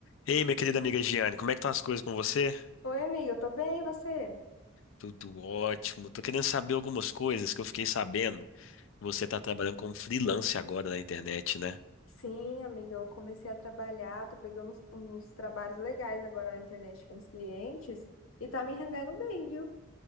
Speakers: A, on the left (about 70°); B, on the left (about 80°).
A: Ei, minha querida amiga Giane, como é que estão as coisas com você?
B: Oi, amiga, eu tô bem, e você?
A: Tudo ótimo. Tô querendo saber algumas coisas que eu fiquei sabendo. Você tá trabalhando como freelance agora na internet, né?
B: Sim, amiga, eu comecei a trabalhar, tô pegando uns, uns trabalhos legais agora na internet com os clientes e tá me rendendo bem, viu?